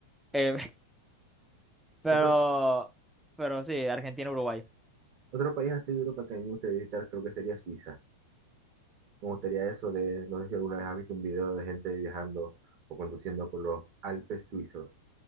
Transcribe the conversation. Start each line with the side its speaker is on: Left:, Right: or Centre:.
Centre: Eh, <laughs> pero,
Right: Otro,
Centre: pero sí, Argentina, Uruguay.
Right: otro país así de Europa que a mí me gustaría visitar creo que sería Suiza. Me gustaría eso de, no sé si alguna vez has visto un video de gente viajando o conduciendo por los Alpes suizos,